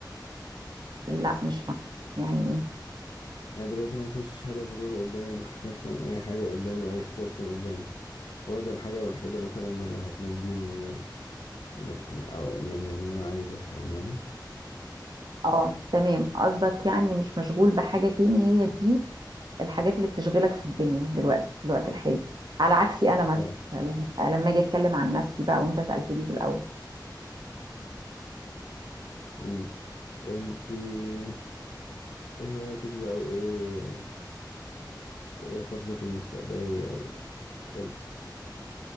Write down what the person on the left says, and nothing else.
يعني دلوقتي مفيش هدف غيره قدامي مفيش مثلا أي حاجة قدامي وأي اختيار تاني قدامي فهو ده الحاجة الوحيدة مثلا اللي هتنجيني من من أو من اللي أنا عايزه فاهماني
اه
مم. أنتي إيه هواياتك بقى وإيه وإيه خططك المستقبلية وكده